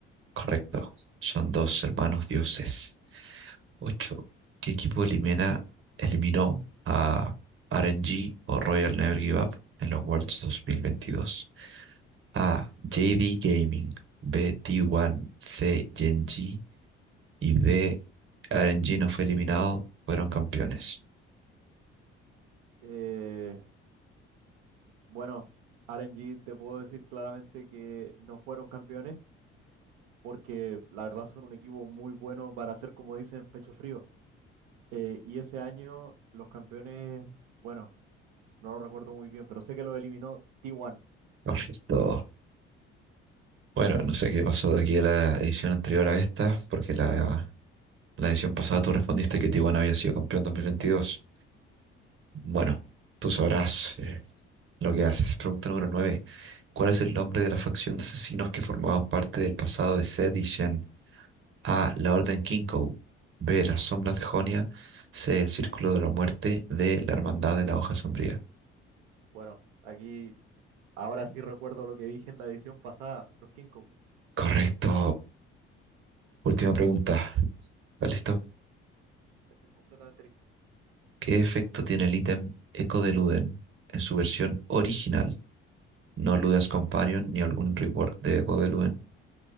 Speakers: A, on the right; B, on the right.
A: Correcto. Son dos hermanos dioses. 8, ¿Qué equipo elimina, eliminó a RNG o Royal Never Give Up en los Worlds dos mil veintidós. A. JD Gaming. B. T1. C. Gen.G. Y D. RNG no fue eliminado, fueron campeones.
B: Eh, bueno, RNG te puedo decir claramente que no fueron campeones porque la verdad son un equipo muy bueno para hacer, como dicen, pecho frío. Eh, y ese año los campeones, bueno, no lo recuerdo muy bien, pero sé que lo eliminó T1.
A: Correcto. Bueno, no sé qué pasó de aquí a la edición anterior a esta, porque la, la edición pasada tú respondiste que Tijuana había sido campeón 2022. Bueno, tú sabrás eh, lo que haces. Pregunta número 9. ¿Cuál es el nombre de la facción de asesinos que formaban parte del pasado de Zed y Shen? A. La Orden Kinkou. B. Las Sombras de Jonia. C. El Círculo de la Muerte. D. La Hermandad de la Hoja Sombría.
B: Bueno, aquí ahora sí recuerdo lo que dije en la edición pasada, los King
A: Correcto. Última pregunta. ¿Estás listo?
B: Estoy completamente listo.
A: ¿Qué efecto tiene el ítem Echo de Luden en su versión original? No Luden's Companion ni algún rework de Echo de Luden